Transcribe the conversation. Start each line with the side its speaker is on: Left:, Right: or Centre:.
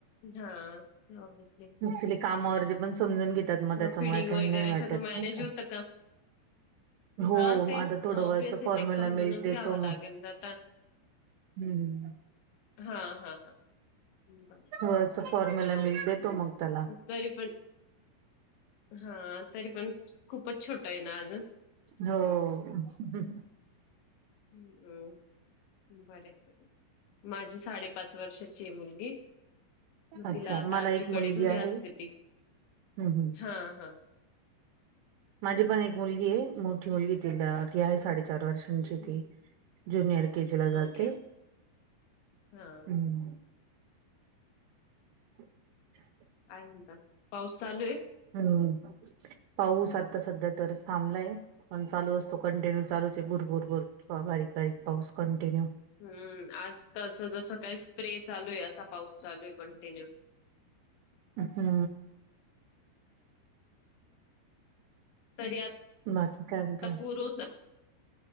Left: हां. ऑब्व्हियसली.
Right: ऍक्च्युली कामावरजी पण समजून घे त्यात मग त्याच्यामुळे,
Left: फिडिंग
Right: काही
Left: वगैरे
Right: नाही वाटत
Left: सगळं मॅनेज
Right: नाही का?
Left: होतं
Right: हो,
Left: हां, ते
Right: आता थोडं
Left: ऑब्व्हियस
Right: वरच
Left: आहे
Right: फॉर्म्युला
Left: ते समजूनच
Right: मिल्क देतो
Left: घ्यावं लागेल
Right: मग.
Left: आता.
Right: हू हू.
Left: हां हां हां बरं.
Right: वरच फॉर्म्युला मिलक देतो मग त्याला.
Left: तरी पण, हा तरी पण, खूपच छोट आहे ना आ
Right: हो ओ. <inaudible>
Left: उं. बरय बरय, माझी साडेपाच वर्षाची ये मुलगी. मग
Right: अच्छा
Left: तिला आता
Right: मला
Left: आजीकडे
Right: एक मुलगी
Left: घरी
Right: आहे
Left: असते ती.
Right: हम्म हम्म.
Left: हा हा.
Right: माझी पण एक मुलगी ये, मोठी मुलगी तिला, ती आहे साडेचार वर्षांची
Left: हं.
Right: ती. ज्युनियर के जी ला जाते
Left: ओके, ओके. हां.
Right: हुं. उ <inaudible>
Left: काय म्हणता? पाऊस चालू ये?
Right: हुं. पाऊस आता सध्या तर थांबलाय. पण चालू असतो कंटिन्यू चालूच आहे, भूर भूर भूर बारीक बारीक पाऊस कंटिन्यू,
Left: हूम्म आज तस जसं काही स्प्रे चालू ये असा पाऊस चालू आहे कंटिन्यू. <inaudible>
Right: हू!
Left: तरी आता
Right: बाकी काय म्हणताय.
Left: पूर ओस